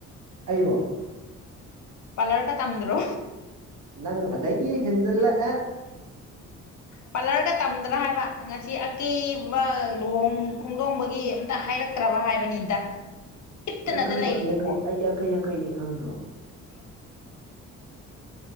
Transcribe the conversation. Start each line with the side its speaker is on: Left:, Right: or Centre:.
Right: ꯑꯩꯔꯣ
Left: ꯄꯂꯔꯒ ꯇꯝꯗ꯭ꯔꯣ
Right: ꯅꯪ ꯑꯗꯩꯗꯤ ꯍꯦꯟꯖꯤꯜꯂꯛ ꯑꯦ
Left: ꯄꯂꯔꯒ ꯇꯝꯗ꯭ꯔꯥ ꯍꯥꯏꯕ ꯉꯁꯤ ꯑꯀꯦꯕ ꯂꯨꯍꯣꯡ ꯈꯣꯡꯗꯣꯡꯕꯒꯤ ꯇ ꯍꯥꯏꯔꯛꯇ꯭ꯔꯕ ꯍꯥꯏꯕꯅꯤꯗ ꯍꯤꯞꯇꯅꯗ
Right: ꯅꯪ ꯈꯪꯗ꯭ꯔꯣ
Left: ꯂꯩꯔꯤꯗꯨꯕꯣ
Right: ꯑꯩ ꯌꯥꯡꯈꯩ ꯑꯩ ꯌꯥꯡꯈꯩ ꯌꯥꯡꯈꯩꯅꯤ ꯈꯪꯗ꯭ꯔꯣ?